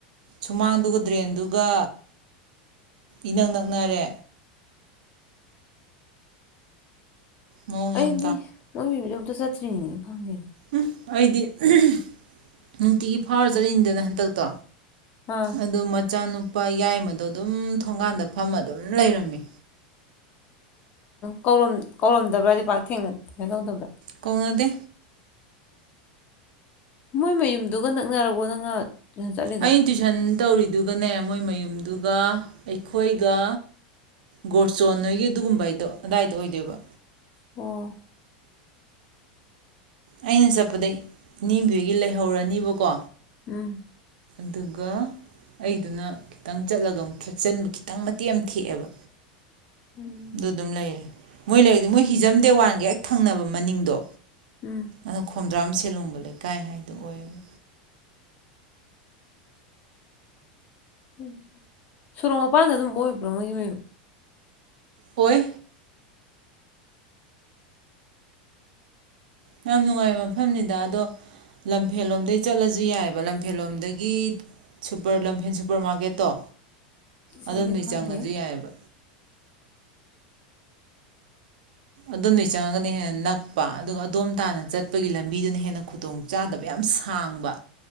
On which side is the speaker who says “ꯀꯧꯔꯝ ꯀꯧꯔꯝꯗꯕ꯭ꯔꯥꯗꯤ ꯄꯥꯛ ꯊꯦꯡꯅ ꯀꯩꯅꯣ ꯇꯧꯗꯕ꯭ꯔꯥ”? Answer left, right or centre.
Left